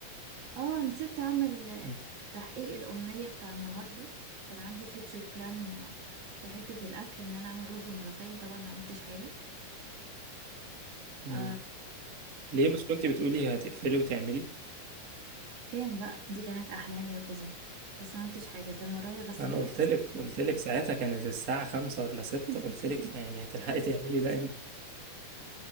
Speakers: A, on the right; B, on the right.
A: اه نسيت أعمل آه،
B: مم.
A: تحقيق الأمنية بتاع النهاردة كان عندي فيوتشر بلان في حتة الأكل إن أنا أعمل رز وملوخية طبعا ما عملتش حاجة
B: مم.
A: ف
B: ليه مش كنت بتقولي هتقفلي وتعملي
A: كان بقى دي كانت أحلام يقظة بس ما عملتش حاجة كان ورايا غسيل
B: انا قلت لك قلت لك ساعتها كانت الساعه خمسة ولا ستة
A: <laughs>
B: قلت لك يعني هتلحقي تعملي ده